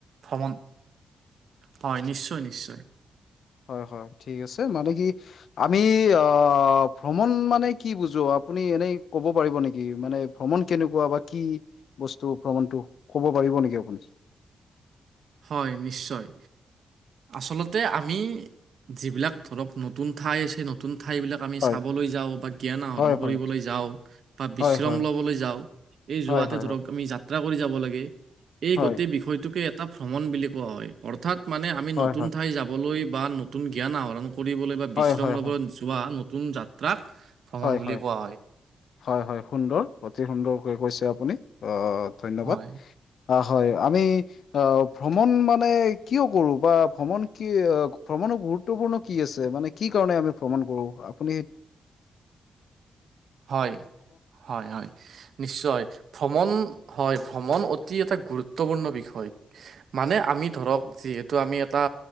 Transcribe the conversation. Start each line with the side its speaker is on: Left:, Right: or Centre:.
Right: ভ্ৰমণ হয়, নিশ্চয় নিশ্চয়।
Left: হয়, হয়, ঠিক আছে, মানে কি। আমি, অ', ভ্ৰমণ মানে কি বুজো? আপুনি এনেই ক'ব পাৰিব নেকি মানে? ভ্ৰমণ কেনেকুৱা বা কি বস্তু, ভ্ৰমণটো ক'ব পাৰিব নেকি আপুনি?
Right: হয়, নিশ্চয়। আচলতে আমি যিবিলাক ধৰক, নতুন ঠাই আছে নতুন ঠাই বিলাক আমি
Left: হয়
Right: চাবলৈ যাওঁ, বা জ্ঞান আহৰণ
Left: হয়
Right: কৰিবলৈ
Left: হয়
Right: যাওঁ, বা বিশ্ৰাম
Left: হয় হয়
Right: ল'বলৈ যাওঁ। এই
Left: হয়
Right: যোৱাতে
Left: হয়
Right: ধৰক আমি যাত্ৰা কৰি যাব লাগে, এই
Left: হয়
Right: গোটেই বিষয়টোকে এটা ভ্ৰমণ বুলি কোৱা হয়। অৰ্থাৎ মানে আমি
Left: হয়
Right: নতুন
Left: হয়
Right: ঠাই যাবলৈ, বা নতুন জ্ঞান আহৰণ কৰিবলৈ বা
Left: হয়
Right: বিশ্ৰাম
Left: হয় হয়
Right: ল'বলৈ
Left: হয়
Right: যোৱা নতুন যাত্ৰাক ভ্ৰমণ
Left: হয়,
Right: বুলি
Left: হয়,
Right: কোৱা
Left: হয়, হয়, সুন্দৰ অতি সুন্দৰকে কৈছে আপুনি, অ'। ধন্যবাদ,
Right: হয়
Left: অ', হয়, আমি। অ', ভ্ৰমণ মানে কিয় কৰো? বা ভ্ৰমণ কি, ভ্ৰমণক গুৰুত্ব গুৰুত্বপূৰ্ণ কি আছে, মানে কি কাৰণে আমি ভ্ৰমণ কৰো? আপুনি
Right: হয়, হয়, হয়, নিশ্চয় ভ্ৰমণ। হয়, ভ্ৰমণ অতি এটা গুৰুত্বপূৰ্ণ বিষয়, মানে আমি ধৰক যিহেতু টো আমি এটা